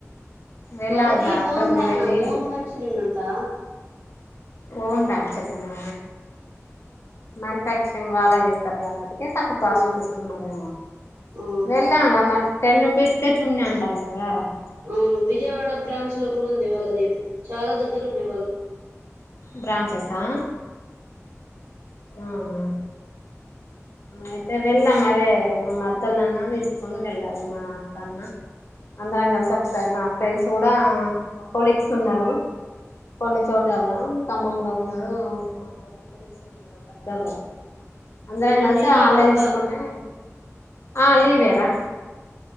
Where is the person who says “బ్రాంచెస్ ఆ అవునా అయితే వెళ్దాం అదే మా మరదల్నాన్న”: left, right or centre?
Left